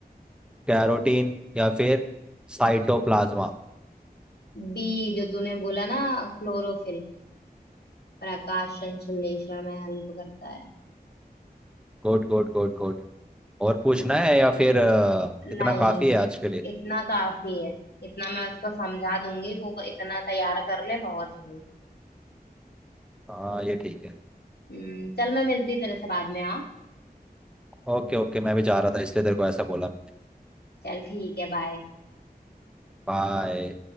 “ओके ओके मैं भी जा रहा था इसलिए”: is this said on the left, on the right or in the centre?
Centre